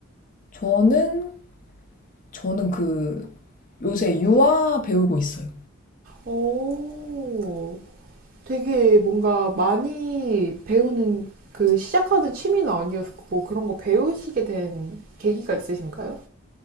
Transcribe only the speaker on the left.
저는, 저는 그 요새 유아 배우고 있어요.